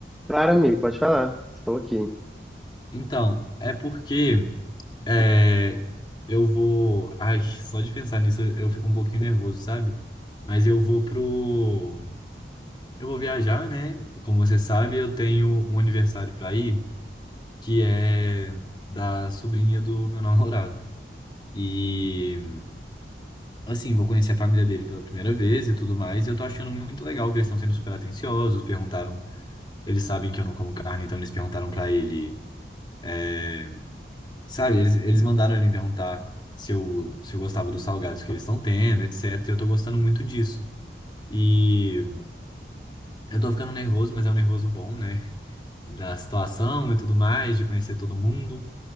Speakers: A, in the centre; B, on the left.
A: Claro, amigo, pode falar. Estou aqui.
B: Então, é porque é, eu vou, ai, só de pensar nisso eu eu fico um pouquinho nervoso, sabe? Mas eu vou pro Eu vou viajar, né? Como você sabe, eu tenho um aniversário para ir, que é da sobrinha do meu <laughs> namorado. E, assim, vou conhecer a família dele pela primeira vez e tudo mais. E eu tô achando muito legal que eles estão sendo super atenciosos. Perguntaram, eles sabem que eu não como carne, então eles perguntaram para ele. é, sabe, eles, eles mandaram ele me perguntar se eu, se eu gostava dos salgados que eles estão tendo, etc. E eu tô gostando muito disso. E eu tô ficando nervoso, mas é um nervoso bom, né? da situação e tudo mais, de conhecer todo mundo.